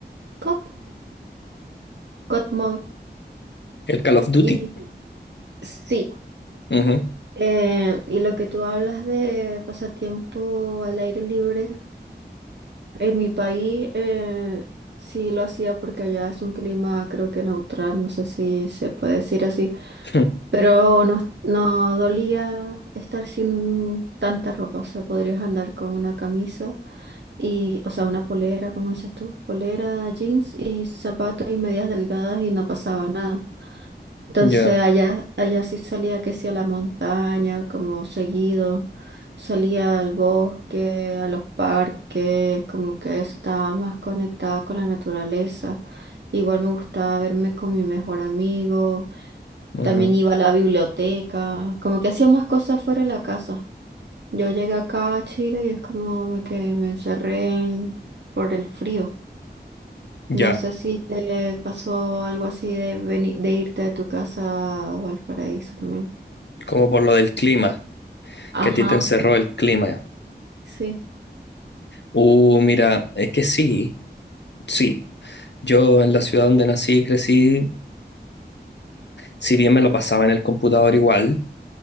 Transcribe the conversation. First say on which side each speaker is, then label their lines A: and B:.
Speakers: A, on the right (about 75°); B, on the left (about 75°).
A: COD, COD Mobile.
B: El Call of Duty.
A: Y sí,
B: Ujú.
A: eh, y lo que tú hablas de pasatiempo al aire libre, en mi país eh, sí lo hacía porque allá es un clima creo que neutral, no sé si se puede decir así,
B: <laughs>
A: pero no, no dolía estar sin tanta ropa, o sea, podrías andar con una camisa Y, o sea, una polera, como dices tú, polera, jeans y zapatos y medias delgadas y no pasaba nada. Entonces
B: Ya,
A: allá, allá sí salía que sí a la montaña, como seguido, salía al bosque, a los parques, como que eso estaba más conectada con la naturaleza. Igual me gustaba verme con mi mejor amigo,
B: ujú,
A: también iba a la biblioteca, como que hacía más cosas fuera de la casa. Yo llegué acá a Chile y es como me que me encerré por el frío.
B: ya.
A: No sé si te pasó algo así de veni- de irte de tu casa a Valparaíso también.
B: Como por lo del clima,
A: Ajá,
B: que a ti te encerró el clima.
A: sí.
B: Uh, mira, es que sí, sí. Yo en la ciudad donde nací y crecí, si bien me lo pasaba en el computador igual,